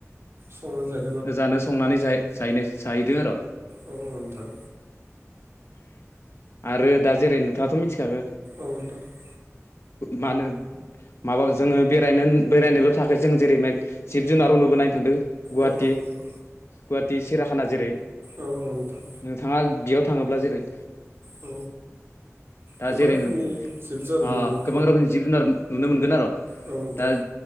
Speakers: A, on the right; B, on the left.
A: सम ज
B: जानो संनानै ज जाहैदों आरो' <unintelligible>
A: औ औ नोंथां
B: आरो दा जेरै नोंथांथ' मिथिखाखो
A: औथां <inaudible>
B: मा होनो माबा जोङो बेरायनो बेरायनोल' थाख जों जेरै जिब जुनारावनोबो नायनो थांदों गुवाहाटि
A: औ औ नोंथां
B: गुवाहाटि सेरियाखाना जेरै
A: औ औ नोंथां
B: नोंथाङा बेयाव थाङोब्ला जेरै
A: औ
B: दा
A: गोबां
B: जेरैनो
A: रोखोमनि जिब जुनार नुनो
B: ओ
A: मोनो
B: गोबां रोखोमनि जिब जुनार नुनो मोनगोन आरो'
A: नोंथां
B: दा
A: न'